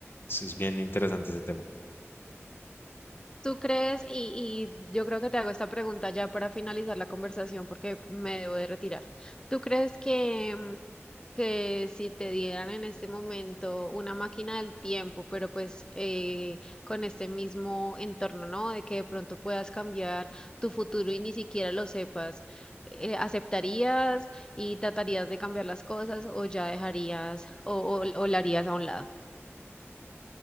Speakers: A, on the left; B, on the left.
A: es es bien interesante ese tema.
B: ¿Tú crees? Y, y yo creo que te hago esta pregunta ya para finalizar la conversación porque me debo de retirar. ¿Tú crees que, mm, que si te dieran en este momento una máquina del tiempo, pero pues eh, con este mismo entorno, ¿no? De que de pronto puedas cambiar tu futuro y ni siquiera lo sepas, eh, ¿aceptarías y tratarías de cambiar las cosas o ya dejarías o, o, o la harías a un lado?